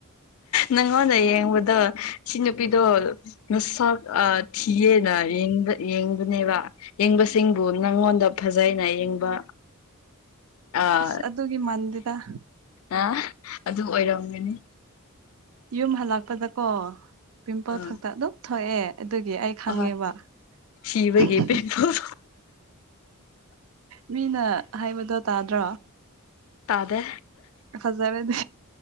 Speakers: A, on the left; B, on the right.
A: ꯅꯪꯉꯣꯟꯗ ꯌꯦꯡꯕꯗꯣ ꯁꯤ ꯅꯨꯄꯤꯗꯣ ꯃꯁꯛ ꯊꯤꯌꯦꯅ ꯌꯦꯡꯕꯅꯦꯕ ꯌꯦꯡꯕꯁꯤꯡꯕꯨ ꯅꯪꯉꯣꯟꯗ ꯐꯖꯩꯅ ꯌꯦꯡꯕ ꯑꯥ
B: ꯑꯁ ꯑꯗꯨꯒꯤ ꯃꯟꯗꯨꯗ
A: ꯑꯥ ꯑꯗꯨ ꯑꯣꯏꯔꯝꯒꯅꯤ
B: ꯌꯨꯝ ꯍꯜꯂꯛꯄꯗꯀꯣ ꯄꯤꯝꯄꯜ
A: ꯑꯥ
B: ꯊꯛꯇ ꯑꯗꯨꯝ ꯊꯣꯛꯑꯦ ꯑꯗꯨꯒꯤ ꯑꯩ ꯈꯪꯉꯦꯕ
A: ꯑꯍꯣꯏ
B: ꯍꯤꯍꯤ
A: ꯁꯤꯕꯒꯤ ꯄꯤꯝꯄꯜ
B: ꯃꯤꯅ ꯍꯥꯏꯕꯗꯣ ꯇꯥꯗ꯭ꯔꯣ
A: ꯇꯥꯗꯦ
B: ꯐꯖꯔꯗꯤ